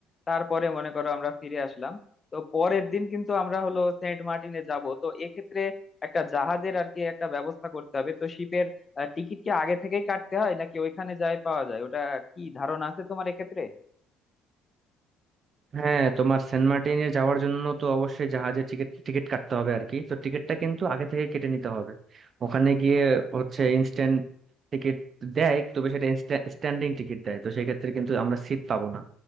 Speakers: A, on the left; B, on the right.
A: তারপরে মনে করো আমরা ফিরে আসলাম তো পরের দিন কিন্তু আমরা হলো সেন্ট মার্টিনে যাব তো এক্ষেত্রে একটা জাহাজের আর কি একটা ব্যবস্থা করতে হবে তো শিপের টিকিট কি আগে থেকেই কাটতে হয় নাকি ওইখানে যাই পাওয়া যায় ওটা কি ধারণা আছে তোমার এক্ষেত্রে
B: হ্যাঁ তোমার সেন্ট মার্টিনে যাওয়ার জন্য তো অবশ্যই জাহাজে টিকিট টিকিট কাটতে হবে আর কি তো টিকিটটা কিন্তু আগে থেকে কেটে নিতে হবে ওখানে গিয়ে হচ্ছে ইনস্ট্যান্ট টিকিট দেয় তবে সেটা স্ট্যান্ডিং টিকিট দেয় তো সেক্ষেত্রে কিন্তু আমরা সিট পাবো না